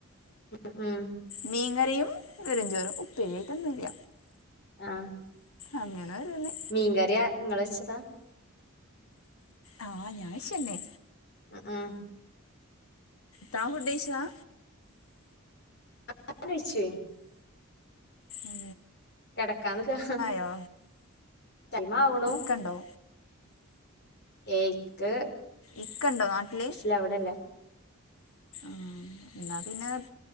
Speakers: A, on the left; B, on the left.
A: ഉ ഉം
B: മീൻകറിയും വെറ് ഞ്ചോറും ഉപ്പേരി യിട്ടൊന്നുല്ല
A: ആഹ
B: അങ്ങനെ വരന്നെ
A: മീൻകറിയ ഇങ്ങൾ വെച്ചതാ
B: ആഹ് ഞാൻ വെച്ചന്നെ
A: ഉം ഉം
B: താൻ ഫുഡഴിച്ചതാ
A: <unintelligible> വെയ്ച്ചെ
B: ഏ
A: കിടക്കാനിക്കാ
B: യോ
A: ടൈമാവുണു
B: ക്കണ്ടോ
A: ഏയ് ഇക്ക്
B: ഇക്കണ്ടോ നാട്ടില്
A: ഇല്ല ഇവടല്ല
B: ഉം ഇന്നാ പിന്നെ